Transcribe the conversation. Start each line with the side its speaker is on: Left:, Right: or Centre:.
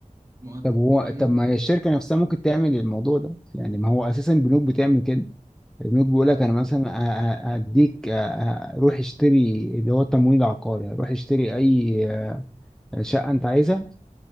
Right: مقدم
Centre: طب هو
Right: فاهمني
Centre: طب ما هي الشركه نفسها ممكن تعمل الموضوع ده يعني ما هو اساسا البنوك بتعمل كده البنوك بيقول
Right: آه،
Centre: لك انا مثلا ه- ه- هديك ه- ه- روح اشتري اللي هو التمويل العقاري روح اشتري اي آه، شقه انت عايزها